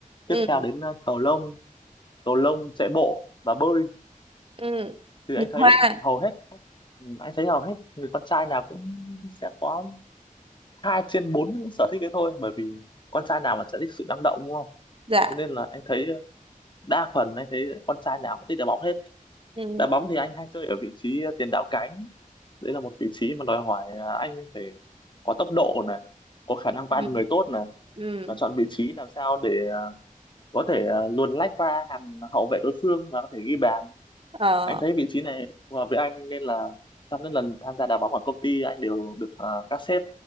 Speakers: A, on the left; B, on the right.
A: tiếp
B: ừ
A: theo đến ờ, cầu lông cầu lông chạy bộ và bơi
B: ừ
A: thì
B: nhịp
A: anh thấy
B: hoa
A: hầu hết ừ, anh thấy hầu hết người con trai nào cũng sẽ có hai trên bốn những sở thích đấy thôi bởi vì con trai nào mà sẽ thích sự năng động đúng không
B: dạ
A: cho nên là anh thấy ờ, đa phần anh thấy con trai nào cũng thích đá bóng hết
B: ừ.
A: đá bóng thì anh hay chơi ở vị trí ờ, tiền đạo cánh đấy là một vị trí mà đòi hỏi à, anh phải có tốc độ này có khả năng qua
B: ừ
A: được người tốt này
B: ừ
A: và chọn vị trí làm sao để à, có thể à, luồn lách qua hàng hậu vệ đối phương và có thể ghi bàn
B: ờ
A: anh thấy vị trí này phù hợp với anh nên là trong những lần tham gia đá bóng ở công ty anh đều được à, các sếp